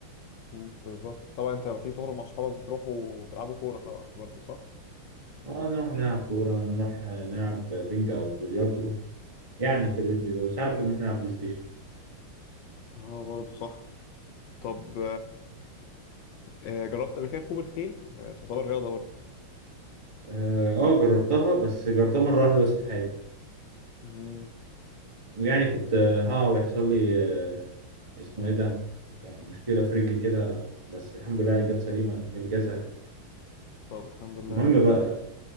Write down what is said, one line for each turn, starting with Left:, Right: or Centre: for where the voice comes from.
Left: مم. بالظبط طبعا أنت لما تيجي تخرج مع أصحابك بتروحوا تلعبوا كورة طبعا برضو صح؟
Right: اه نروح نلعب كورة نروح آه، نلعب بينج أو بلياردو يعني في الرينج ده وساعات بنروح نلعب بلاي ستيشن
Left: اه برضو صح طب آه، جربت قبل كده ركوب الخيل آه، تعتبر رياضة برضو
Right: اه آه، جربتها بس جربتها مرة واحدة بس في حياتي
Left: مم.
Right: يعني كنت آه، ها ويحصل لي آه، اسمه ايه ده يعني مشكلة في رجلي كده بس الحمد لله يعني جت سليمة جت جازها خفيف
Left: طب الحمد لله
Right: المهم
Left: يعني
Right: بقى